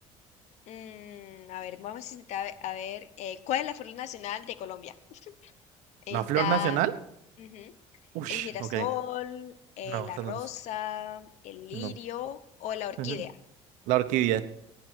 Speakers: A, on the left; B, on the right.
A: Mm, a ver, vamos a necesitar, a ver, eh, ¿cuál es la flor nacional de Colombia? Está
B: ¿La flor nacional?
A: ujú,
B: Ush,
A: el girasol,
B: ok.
A: eh,
B: No,
A: la
B: esa
A: rosa,
B: no. es.
A: el lirio
B: No.
A: o la orquídea.
B: Ujú. La orquídea.